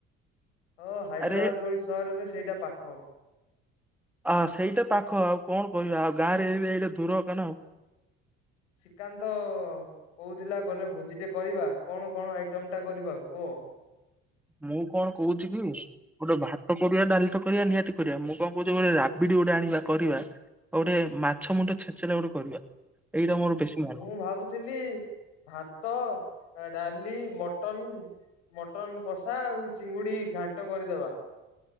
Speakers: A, on the left; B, in the centre.
A: ହଁ ହାଇଦ୍ରାବାଦ
B: ଆରେ
A: ଭଳି ସହରରେ ସେଇଟା ପାଖ।
B: ଅ ସେଇଟା ପାଖ ଆଉ କଣ କହିବା, ଆଉ ଗାଁ ରେ ଏ-ଏଇଟା ଦୂର କାରଣ
A: ଶ୍ରୀକାନ୍ତ କହୁଥିଲା ଗଲେ ଭୋଜିଟେ କରିବା। କଣ କଣ ଆଇଟମ ଟା କରିବା କୁହ?
B: ମୁଁ କଣ କହୁଛି କି ଗୋଟେ ଭାତ କରିବା, ଡାଲି ତ କରିବା, ନିହାତି କରିବା, ମୁଁ କଣ କହୁଛି ଗୋଟେ ରାବିଡି ବିଡ଼ି ଗୋଟେ ଆଣିବା କରିବା, ଆଉ ଗୋଟେ ମାଛ ମୁଣ୍ଡ ଛେଚାଟା ଗୋଟେ କରିବା। ଏଇଟା ମୋର ବେଶୀ ମନ।
A: ମୁଁ ଭାବୁଥିଲି ଭାତ ଡାଲି, ମଟନ, ମଟନ କଷା ଆଉ ଚିଙ୍ଗୁଡି ଘାଣ୍ଟ କରିଦବା।